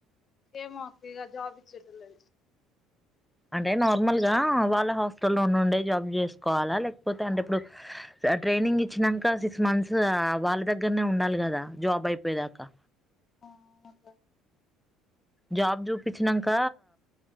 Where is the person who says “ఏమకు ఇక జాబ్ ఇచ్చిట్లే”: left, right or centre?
Left